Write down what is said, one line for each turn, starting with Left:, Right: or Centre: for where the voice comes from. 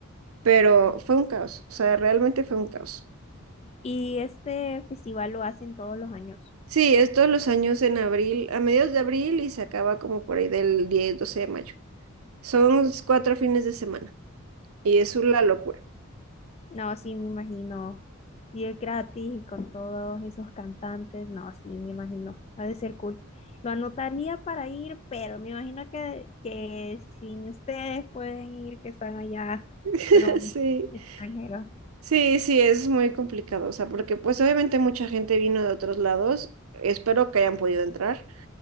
Right: pero fue un caos, o sea, realmente fue un caos.
Left: Y este festival lo hacen todos los años.
Right: Sí, es todos los años en abril, a mediados de abril y se acaba como por ahí del 10, 12 de mayo. Son cuatro fines de semana y es una locura.
Left: No, sí me imagino. Y es gratis y con todos esos cantantes. No, sí me imagino. Ha de ser cool. Lo anotaría para ir, pero me imagino que, que sin ustedes pueden ir, que están allá,
Right: <laughs>
Left: pero
Right: Sí.
Left: extranjeros.
Right: Sí, sí, es muy complicado, o sea, porque pues obviamente mucha gente vino de otros lados, espero que hayan podido entrar.